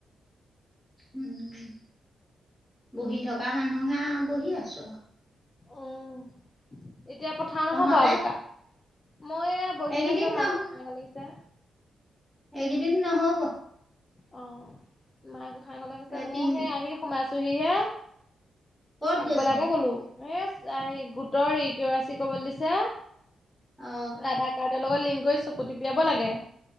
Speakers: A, in the centre; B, on the left.
A: উম বহি থকা মানুহহে বহি আছো আৰু।
B: উম এতিয়া পঠাও নহয়
A: তহঁতে
B: বৰা বুকা মই এ বহি
A: এইকেইদিন
B: আছো
A: নহ
B: মাই গোহাঁই ঘৰলে আহিছে।
A: এইকেইদিন নহব।
B: অ মা গোঁসাই ঘৰলে গৈছে
A: এই
B: মইও
A: তিন
B: সেই আহি সোমাইছোহি হে।
A: ক'ত
B: আকবেলাতে
A: গৈছিলি
B: গলো এ গোটৰ ই কে ৱাই চি কৰিবলে দিছে।
A: অ
B: আধাৰ কাৰ্ডৰ লগত লিংক কৰি চকু টিপিয়াব লাগে।